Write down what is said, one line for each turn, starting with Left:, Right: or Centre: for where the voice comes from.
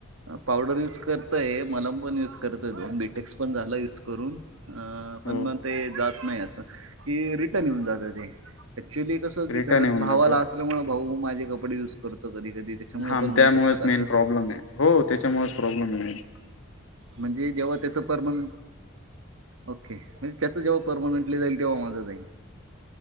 Right: पावडर युज करतय, मलम पण युज करतय, दोन बीटेक्स पण झाला युज करूनऽ अं पण
Left: हो
Right: मग ते जात नाही असं,,, कि रिटर्न येऊन जात तेऽ ऍक्च्युअली कसं
Left: रिटर्न
Right: की घरात
Left: येऊन
Right: भावाला
Left: जातं
Right: असल्यामुळे भाऊ म माझे कपडे युज करतऽऽ कधी, कधी त्याच्यामुळे
Left: हा
Right: पण
Left: त्यामुळेच
Right: होऊ शकतं का
Left: मेन
Right: असंऽ
Left: प्रॉब्लेम आहे हो त्याच्यामुळेच प्रॉब्लेम नाहीऽ
Right: म्हणजे जेव्हा त्याचं परमनंट,,,, ओके,, म्हणजे त्याच जेव्हाऽ परमनंटली जाईल तेव्हा माझा जाईल.